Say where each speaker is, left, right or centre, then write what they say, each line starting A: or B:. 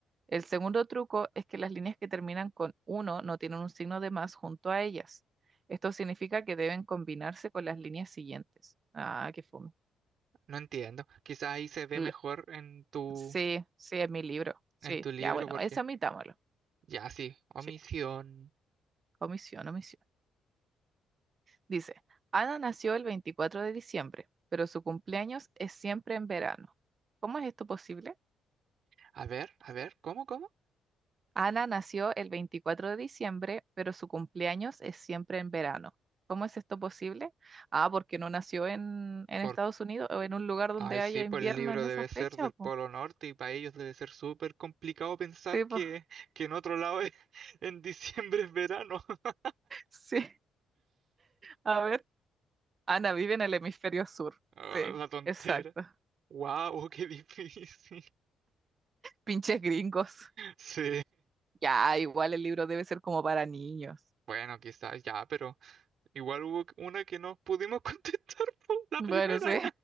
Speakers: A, on the right (about 40°); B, on the right (about 60°).
A: El segundo truco es que las líneas que terminan con uno no tienen un signo de más junto a ellas. Esto significa que deben combinarse con las líneas siguientes. Ah, qué fome.
B: No entiendo. Quizás ahí se ve
A: L-
B: mejor en tu,
A: sí, sí, es mi libro.
B: en
A: Sí,
B: tu libro
A: ya bueno,
B: porque
A: eso admitámoslo.
B: ya sí, omisión.
A: Sí, omisión, omisión. Dice, Ana nació el 24 de diciembre, pero su cumpleaños es siempre en verano. ¿Cómo es esto posible?
B: A ver, a ver, ¿cómo, cómo?
A: Ana nació el 24 de diciembre, pero su cumpleaños es siempre en verano. ¿Cómo es esto posible? Ah, porque no nació en, en
B: Por...
A: Estados Unidos o en un lugar donde
B: Ay, sí,
A: haya
B: pues
A: invierno
B: el libro
A: en
B: debe
A: esa
B: ser
A: fecha,
B: del Polo
A: po.
B: Norte y para ellos debe ser súper complicado pensar
A: Sí,
B: que,
A: po.
B: que en otro lado es- <laughs> en diciembre es verano. <laughs>
A: <laughs> Sí. A ver, Ana vive en el hemisferio sur.
B: Ah,
A: Sí,
B: la tontera.
A: exacto.
B: ¡Wow! ¡Qué difícil! <laughs>
A: Pinches gringos.
B: Sí.
A: Ya, igual el libro debe ser como para niños.
B: Bueno, quizás ya, pero igual hubo una que no pudimos <laughs> contestar por la
A: Bueno,
B: primera.
A: sí.